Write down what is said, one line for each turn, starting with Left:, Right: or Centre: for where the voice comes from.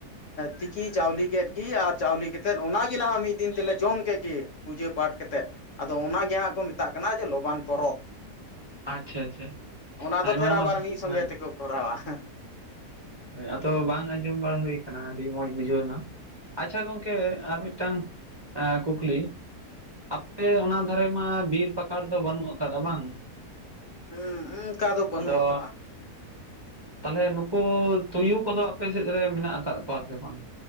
Left: ᱛᱤᱠᱤ ᱪᱟᱣᱞᱤ ᱠᱮᱫ ᱜᱤ ᱟᱨ ᱪᱟᱣᱞᱤ ᱠᱟᱛᱮᱜ ᱚᱱᱟᱜᱮ ᱱᱟᱦᱟᱜ ᱢᱤᱫ ᱫᱤᱱ ᱛᱮᱞᱮ ᱡᱚᱢ ᱠᱮᱜ ᱜᱮ ᱯᱩᱡᱟᱹ ᱯᱟᱴ ᱠᱟᱛᱮᱫ ᱟᱫᱚ ᱚᱱᱟᱜᱮ ᱦᱟᱸᱜ ᱠᱚ ᱢᱮᱛᱟᱜ ᱠᱟᱱᱟ ᱡᱮ ᱞᱚᱵᱟᱱ ᱯᱚᱨᱚᱵᱽ᱾
Right: ᱟᱪᱪᱷᱟ ᱟᱪᱪᱷᱟ
Left: ᱚᱱᱟ
Right: ᱟᱭᱢᱟ
Left: ᱫᱚ ᱯᱷᱮᱨ
Right: ᱟᱭᱢᱟ
Left: ᱟᱵᱟᱨ ᱢᱤᱫ ᱥᱚᱸᱜᱮ
Right: ᱦᱮᱸ
Left: ᱛᱮᱠᱚ ᱠᱚᱨᱟᱣᱟ᱾
Right: ᱦᱳᱭ ᱟᱫᱚ ᱵᱟᱝ ᱟᱸᱡᱚᱢ ᱵᱟᱲᱟ ᱦᱩᱭ ᱠᱟᱱᱟ ᱟᱹᱰᱤ ᱢᱚᱸᱡᱽ ᱵᱩᱡᱷᱟᱹᱣᱱᱟ᱾ ᱟᱪᱪᱷᱟ ᱜᱚᱝᱠᱮ ᱟᱨ ᱢᱤᱫᱴᱟᱝ ᱮᱸ ᱠᱩᱠᱞᱤ? ᱟᱯᱮ ᱚᱱᱟ ᱫᱷᱟᱨᱮ ᱢᱟ ᱵᱤᱨ ᱯᱟᱠᱟᱲ ᱫᱚ ᱵᱟᱹᱱᱩᱜ ᱟᱠᱟᱫᱟ ᱵᱟᱝ?
Left: ᱦᱩᱸ ᱚᱱᱠᱟ ᱫᱚ ᱵᱟᱹᱱᱩᱜ
Right: ᱟᱫᱚ
Left: ᱟᱠᱟᱜᱼᱟ
Right: ᱛᱟᱦᱞᱮ ᱱᱩᱠᱩ ᱛᱩᱭᱩ ᱠᱚᱫᱚ ᱟᱯᱮ ᱥᱮᱫ ᱨᱮ ᱢᱮᱱᱟᱜ ᱟᱠᱟᱫ ᱠᱚᱣᱟ ᱥᱮ ᱵᱟᱝ?